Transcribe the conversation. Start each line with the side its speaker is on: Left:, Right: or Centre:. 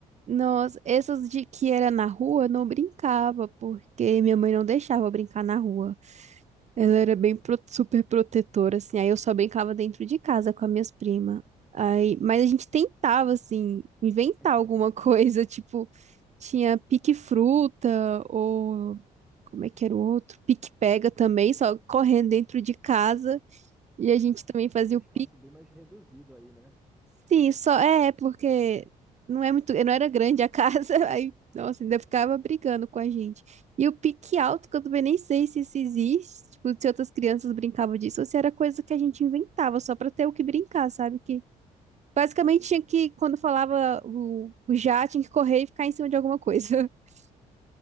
Right: Nossa, essas de que era na rua, eu não brincava porque minha mãe não deixava eu brincar na rua. Ela era bem pro- super protetora, assim. Aí eu só brincava dentro de casa com as minhas primas. Aí, mas a gente tentava, assim, inventar
Centre: <laughs>
Right: alguma coisa. <laughs> Tipo, tinha pique-fruta, ou como é que era o outro? Pique-pega também, só correndo dentro de casa. E a gente também fazia
Centre: tem um espaço
Right: o
Centre: bem mais reduzido aí, né?
Right: Sim, só é porque não é muito, não era grande a casa, <laughs> aí, nossa, ainda ficava brigando com a gente. E o pique alto, que eu também nem sei se isso existe, tipo, se outras crianças brincavam disso, ou se era coisa que a gente inventava só pra ter o que brincar, sabe? Que basicamente tinha que, quando falava o, o já, tinha que correr e ficar em cima de alguma coisa. <laughs>